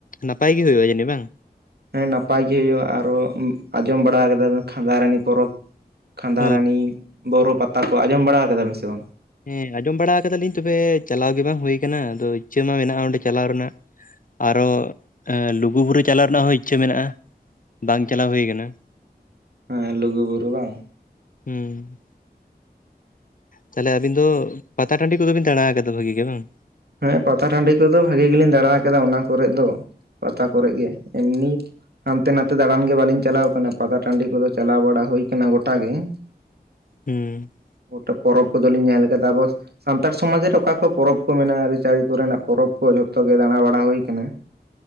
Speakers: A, on the left; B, on the right.
A: ᱱᱟᱯᱟᱭ ᱜᱮ ᱦᱳᱭᱳᱜᱼᱟ ᱡᱟᱹᱱᱤᱡ ᱵᱟᱝ?
B: ᱦᱮᱸ, ᱱᱟᱯᱟᱭ ᱜᱮ ᱦᱳᱭᱳᱜᱼᱟ ᱟᱨᱚ ᱟᱸᱡᱚᱢ ᱵᱟᱲᱟ ᱠᱟᱫᱟ ᱵᱮ ᱠᱷᱟᱸᱫᱟᱨᱟᱱᱤ ᱯᱚᱨᱚᱵᱽ ᱠᱷᱟᱸᱫᱟᱨᱟᱱᱤ,
A: ᱦᱳᱭ
B: ᱵᱚᱨᱚ ᱯᱟᱛᱟ ᱠᱚ ᱟᱸᱡᱚᱢ ᱵᱟᱲᱟ ᱠᱟᱫᱟ ᱵᱤᱱ ᱥᱮ ᱵᱟᱝ?
A: ᱦᱮᱸ, ᱟᱸᱡᱚᱢ ᱵᱟᱲᱟ ᱠᱟᱫᱟᱞᱤᱧ ᱛᱚᱵᱮ ᱪᱟᱞᱟᱣ ᱜᱮ ᱵᱟᱝ ᱦᱳᱭ ᱠᱟᱱᱟ ᱟᱫᱚ ᱤᱪᱪᱟᱹ ᱢᱟ ᱢᱮᱱᱟᱜᱼᱟ ᱚᱸᱰᱮ ᱪᱟᱞᱟᱣ ᱨᱮᱱᱟᱜ ᱟᱨᱚ ᱮᱸ ᱞᱩᱜᱩᱵᱩᱨᱩ ᱪᱟᱞᱟᱣ ᱨᱮᱱᱟᱜ ᱦᱚᱸ ᱤᱪᱪᱷᱟᱹ ᱢᱮᱱᱟᱜᱼᱟ, ᱵᱟᱝ ᱪᱟᱞᱟᱣ ᱦᱳᱭ ᱠᱟᱱᱟ ᱾
B: ᱦᱮᱸ, ᱞᱩᱜᱩ ᱵᱩᱨᱩ ᱵᱟᱝ!
A: ᱦᱩᱸ ᱾ ᱛᱟᱦᱚᱞᱮ ᱟᱵᱤᱱ ᱫᱚ ᱯᱟᱛᱟ ᱴᱟᱺᱰᱤ ᱠᱚᱫᱚ ᱵᱤᱱ ᱫᱟᱬᱟ ᱟᱠᱟᱫᱟ ᱵᱷᱟᱜᱤ ᱜᱮ ᱵᱟᱝ?
B: ᱦᱮᱸ ᱯᱟᱛᱟ ᱴᱟᱺᱰᱤ ᱠᱚᱫᱚ ᱵᱷᱟᱜᱮ ᱜᱮᱞᱤᱧ ᱫᱟᱬᱟ ᱟᱠᱟᱫᱟ ᱚᱱᱟ ᱠᱚᱨᱮᱜ ᱫᱚ, ᱯᱟᱛᱟ ᱠᱚᱨᱮᱜ ᱜᱮ ᱮᱢᱱᱤ ᱦᱟᱱᱛᱮ ᱱᱟᱛᱮ ᱫᱟᱬᱟᱱ ᱜᱮ ᱵᱟᱹᱞᱤᱧ ᱪᱟᱞᱟᱣ ᱠᱟᱱᱟ, ᱯᱟᱛᱟ ᱴᱟᱺᱰᱤ ᱠᱚᱫᱚ ᱪᱟᱞᱟᱣ ᱵᱟᱲᱟ ᱦᱩᱭ ᱠᱟᱱᱟ ᱜᱚᱴᱟ ᱜᱮ ᱾ <inaudible>
A: ᱦᱩᱸ ᱾
B: ᱜᱚᱴᱟ ᱯᱚᱨᱚᱵᱽ ᱠᱚᱫᱚ ᱞᱤᱧ ᱧᱮᱞ ᱠᱟᱫᱟ ᱟᱵᱚ ᱥᱟᱱᱛᱟᱲ ᱥᱚᱢᱟᱡᱽ ᱨᱮ ᱚᱠᱟ ᱠᱚ ᱯᱚᱨᱚᱵᱽ ᱠᱚ ᱢᱮᱱᱟᱜᱼᱟ ᱟᱹᱨᱤᱪᱟᱹᱞᱤ ᱠᱚᱨᱮᱱᱟᱜ ᱯᱚᱨᱚᱵᱽ ᱠᱚ ᱡᱷᱚᱛᱚ ᱜᱮ ᱫᱟᱬᱟᱵᱟᱲᱟ ᱦᱩᱭ ᱟᱠᱟᱱᱟ ᱾